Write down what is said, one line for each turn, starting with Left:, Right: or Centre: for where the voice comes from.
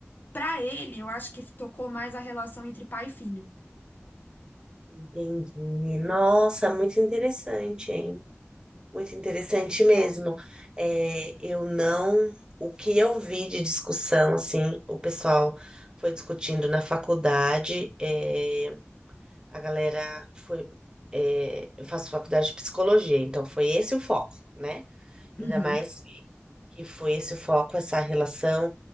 Left: Para ele, eu acho que tocou mais a relação entre pai e filho.
Right: Entendi. Nossa, muito interessante, hein? Muito interessante
Left: É.
Right: mesmo. É, eu não. O que eu vi de discussão, assim, o pessoal foi discutindo na faculdade, é, a galera foi. é, eu faço faculdade de psicologia, então foi esse o foco, né?
Left: Uhum.
Right: Ainda mais que foi esse foco, essa relação